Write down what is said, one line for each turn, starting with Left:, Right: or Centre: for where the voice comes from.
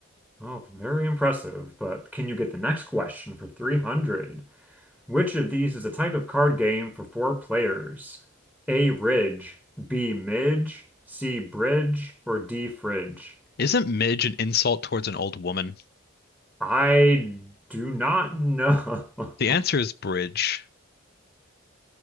Centre: Oh, very impressive. But can you get the next question for 300? Which of these is a type of card game for four players? A Ridge, B Midge, C Bridge, or D Fridge?
Left: Isn't midge an insult towards an old woman?
Centre: I do not know. <laughs>
Left: The answer is bridge.